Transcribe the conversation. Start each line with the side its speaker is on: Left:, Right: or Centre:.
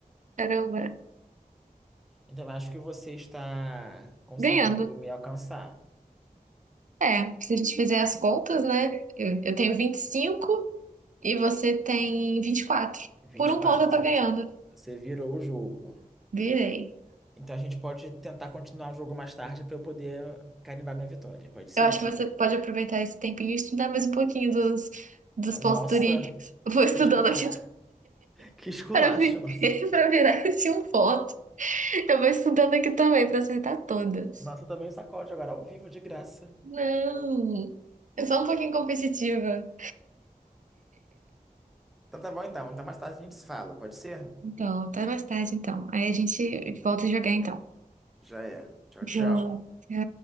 Right: Caramba,
Centre: Então eu acho que você está conseguindo
Right: ganhando.
Centre: me alcançar.
Right: É, se a gente fizer as contas, né? Eu, eu tenho vinte e cinco e você tem 24.
Centre: 24,
Right: Por um ponto eu tô
Centre: você,
Right: ganhando.
Centre: você virou o jogo.
Right: Virei.
Centre: Então a gente pode tentar continuar o jogo mais tarde para eu poder carimbar minha vitória, pode ser?
Right: Eu acho que você pode aproveitar esse tempinho e estudar mais um pouquinho dos, dos pontos
Centre: Nossa,
Right: turísticos. Eu vou estudando
Centre: que escola,
Right: aqui
Centre: <laughs> que
Right: <laughs>
Centre: esculacho,
Right: para vi-
Centre: nossa.
Right: <laughs> para virar esse um ponto. Eu vou estudando aqui também para acertar todas.
Centre: Nossa, eu também um sacode agora ao vivo, de graça.
Right: Não, eu sou um pouquinho competitiva.
Centre: Então tá bom então. Então mais tarde a gente se fala, pode ser?
Right: Então, até mais tarde, então. Aí a gente volta a jogar, então.
Centre: Já é. Tchau,
Right: Joga.
Centre: tchau.